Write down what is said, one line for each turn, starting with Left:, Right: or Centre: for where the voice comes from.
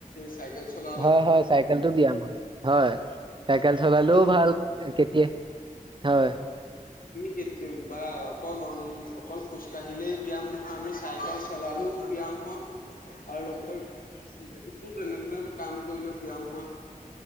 Left: সেই। চাইকেল চলালে
Right: হয়, হয় চাইকেলটো ব্যায়াম হয়। হয়, চাইকেল চলালেও
Left: আমি
Right: ভাল কেতিয়া হয়।
Left: কি টিম বা অকল অকল খোজকাঢ়িলেই ব্যায়াম নহয়, আমি চাইকেল চলালেও ব্যায়াম হয়। আৰু লগতে। কি তেনেধৰনে কাম কৰিলেও ব্যায়াম হয়।